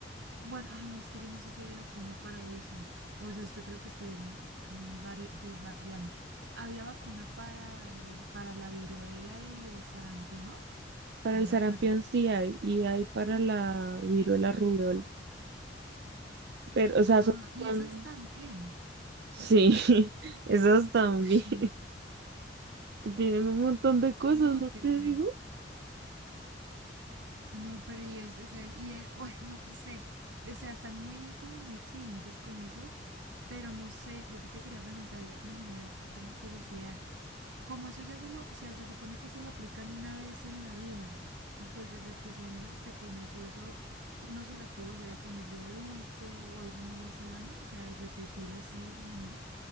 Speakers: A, on the right; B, on the right.
A: Bueno, ay, no, es que yo no sé si había vacuna para eso. o sea esto creo que estoy mm, vari- desvariando. ¿Había vacuna para, el- para la viruela y el sarampión?
B: Para
A: Yo
B: el
A: me
B: sarampión
A: acuerdo.
B: sí hay, y hay para la viruela, rubiola. Pero, o sea,
A: Ah,
B: son,
A: y
B: son...
A: esas también.
B: Sí, <laughs> esos también.
A: Ush, no,
B: <laughs> Vienen un montón de cosas,
A: no,
B: ¿no
A: terrible.
B: te digo?
A: No, pero y es, o sea, y es- <laughs> bueno, no sé. O sea, están muy, como muy exigentes con eso. Pero no sé, yo que te quería preguntar, ya que me genera así como curiosidad, como eso ya se lo, o sea, se supone que eso lo aplican una vez en la vida, y pues desde que son las pequeñas o eso uno se las puede volver a poner de adulto o eso no le hace daño, o sea, repetir así de esa manera.